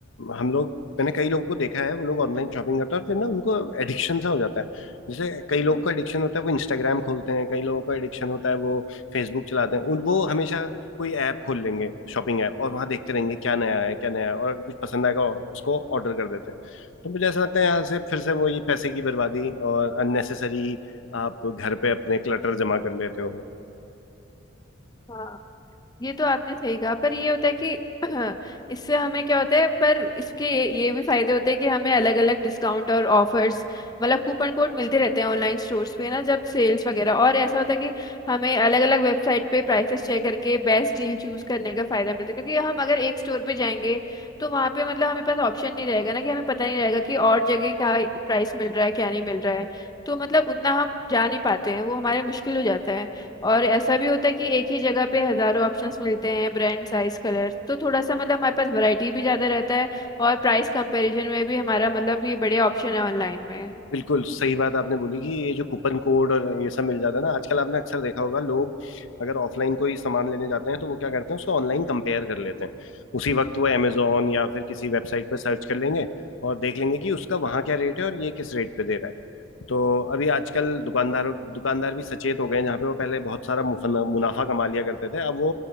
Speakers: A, on the left (about 70°); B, on the left (about 20°).
A: हम लोग मैंने कई लोगों को देखा है वो लोग ऑनलाइन शॉपिंग करते हैं और फिर ना उनको एडिक्शन सा हो जाता है जैसे कई
B: हम्म,
A: लोगों का एडिक्शन होता है वो इंस्टाग्राम खोलते हैं कई लोगों का एडिक्शन होता है वो फेसबुक चलाते हैं उन- वो हमेशा कोई ऐप खोल लेंगे शॉपिंग ऐप और वहां देखते रहेंगे क्या नया है क्या नया है और अगर कुछ पसंद आएगा उसको ऑर्डर कर देते हैं तो मुझे ऐसा लगता है यहाँ से फिर से वो ये पैसे की बर्बादी और अननेसेसरी आप घर पे अपने क्लटर जमा कर लेते हो
B: हाँ ये तो आपने सही कहा पर ये होता है कि <clears throat> इससे हमें क्या होता है पर इसके ये, ये भी फायदे होते हैं कि हमें अलग अलग डिस्काउंट और ऑफर्स मतलब कूपन कोड मिलते रहते हैं ऑनलाइन स्टोर्स पे ना जब सेल्स वगैरह और ऐसा होता है कि हमें अलग अलग वेबसाइट पे प्राइसेस चेक करके बेस्ट डील चूज करने का फायदा मिलता है क्योंकि हम अगर एक स्टोर पे जाएंगे तो वहाँ पे मतलब हमें पास ऑप्शन नहीं रहेगा ना कि हमें पता नहीं रहेगा कि और जगह क्या प्राइस मिल रहा है क्या नहीं मिल रहा है तो मतलब उतना हम जा नहीं पाते हैं वो हमारे मुश्किल हो जाता है और ऐसा भी होता है कि एक ही जगह पे हजारों ऑप्शंस मिलते हैं ब्रांड साइज कलर तो थोड़ा सा मतलब हमारे पास वैरायटी भी ज्यादा रहता है और प्राइस कंपैरिजन में भी हमारा मतलब ये बढ़िया ऑप्शन है ऑनलाइन में
A: बिल्कुल सही बात आपने बोली कि ये जो कूपन कोड और ये सब मिल जाता है ना आजकल आपने अक्सर देखा होगा लोग अगर ऑफलाइन कोई सामान लेने जाते हैं तो वो क्या करते हैं उसको ऑनलाइन कंपेयर कर लेते हैं उसी वक्त वो Amazon या फिर किसी वेबसाइट पर सर्च कर लेंगे और देख लेंगे कि उसका वहाँ क्या रेट है और ये किस रेट पे दे रहा है तो अभी आजकल दुकानदारों दुकानदार भी सचेत हो गए हैं जहाँ पे वो पहले बहुत सारा मुफन- मुनाफा कमा लिया करते थे अब वो